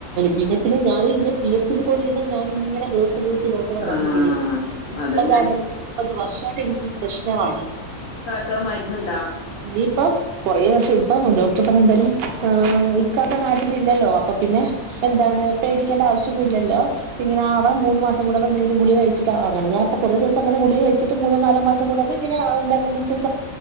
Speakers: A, on the right; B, on the left.
A: പിന്നെ പിന്നെ ഞാന് ഇന്റെ കീർത്തില് പോലെ ഇന്ന് ഞാനി ങ്ങനെ വ <unintelligible>
B: ആഹ്
A: ഇപ്പ
B: അതന്നെ
A: ദാണ്ടേ ഇപ്പോര് വർഷായിട്ടെനിക്ക് പ്രശ്നമാണ്.
B: ത്ത മര്ന്ന്ണ്ടാ.
A: ഇപ്പ കൊറേ ദിവസം ഇപ്പം ഡോക്ടർ പറഞ്ഞ ന്തായാലും ആ ഇക്കാക്ക നാട്ടില് ല്ലല്ലോ അപ്പൊ പിന്നെ എന്താണ് പേടിക്കേണ്ട ആവിശ്യന്നുല്ലല്ലോ ഇങേനാവാൻ മൂന്നു മാ സം കൂടുമ്പ എന്തെങ്കിലും ഗുളിക കഴിച്ചിട്ട് ആവ ഞാൻ അങ്ങനെ കുറേ ദിവസം ഗുളിക കഴിച്ചിട്ട് മൂന്നോ നാലോ മാസം കൂടുമ്പോ ഇങ്ങനഎന്താണ് മെൻസസ്